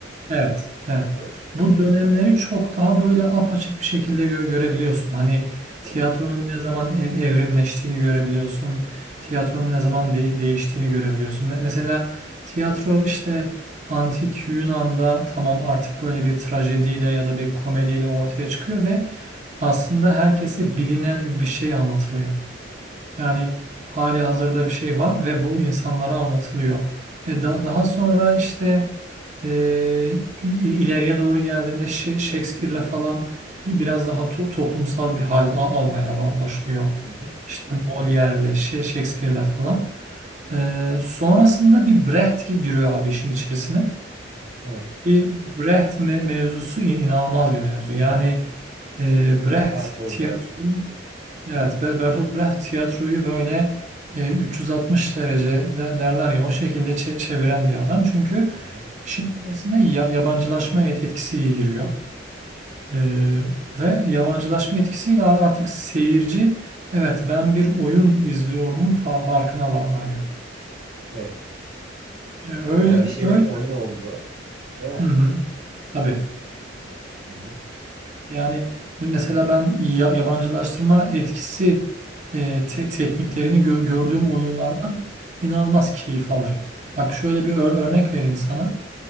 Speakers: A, on the right; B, on the right.
A: Evet, evet.
B: Ö-
A: Bu dönemleri çok daha böyle apaçık bir şekilde gö- görebiliyorsun. Hani tiyatronun
B: Evet.
A: ne zaman ev- evrimleştiğini görebiliyorsun. Tiyatronun ne zaman de- değiştiğini görebiliyorsun. Me- mesela tiyatro işte antik Yunan'da tamam artık böyle bir trajediyle ya da bir komediyle ortaya çıkıyor ve aslında herkese bilinen bir şey anlatılıyor. Yani hali hazırda
B: Hı hı.
A: bir şey var ve bu insanlara anlatılıyor. E,
B: Evet.
A: da- daha sonra işte e, il- ileriye doğru geldiğinde Şe- Shakespeare'le falan bir- biraz daha to- toplumsal bir hal al- almaya ba- başlıyor.
B: Hı
A: İşte Molière'le, Şe- Shakespeare'le falan.
B: hı.
A: E, sonrasında bir Brecht gi- giriyor abi işin içerisine.
B: Hı. Evet.
A: Ki Brecht me- mevzusu in- inanılmaz bir mevzu. Yani e, Brecht
B: Evet. Bertolt
A: tiyatroyu
B: Brecht.
A: Evet, Be- Bertolt Brecht tiyatroyu böyle e, 360 derece de- derler ya o şekilde çe- çeviren bir adam. Çünkü
B: Hı hı.
A: işin içerisine ya- yabancılaşma et- etkisi giriyor. E, ve yabancılaşma etkisiyle ar- artık seyirci evet ben bir oyun izliyorumun fa- farkına va- varıyor.
B: Evet.
A: E, öyle
B: Yani bir şeylerin
A: öyle.
B: oyun olduğu, değil mi?
A: Hı hı. Tabii.
B: Hı hı.
A: Yani mesela ben ya- yabancılaştırma etkisi e, te- tekniklerini gö- gördüğüm
B: Hı hı.
A: oyunlardan inanılmaz keyif alırım. Bak şöyle bir ör- örnek vereyim sana.